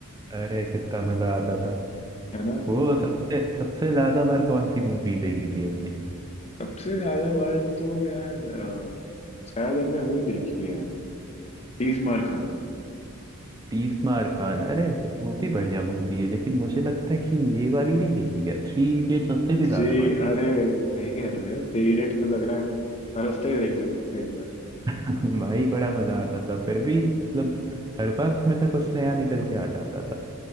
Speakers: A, on the right (about 15°); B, on the left (about 30°).
A: अरे कितना मजा आता था
B: है ना
A: वो सबसे सबसे ज्यादा बार कौन सी मूवी देखी थी हमने
B: सबसे ज्यादा बार तो यार अम, शायद हमने वो देखी है तीस मार खान
A: तीस मार खान अरे वो भी बढ़िया मूवी है लेकिन मुझे लगता है कि ये वाली नहीं देखी गया थ्री इडियट्स उससे भी ज्यादा
B: जी
A: बार देखी
B: अरे सही कह रहे हो यार थ्री इडियट तो लग रहा है हम हर हफ्ते ही देख लेते थे एक बार
A: <laughs> भाई बड़ा मजा आता था फिर भी मतलब हर बार उसमें से कुछ नया निकल के आ जाता था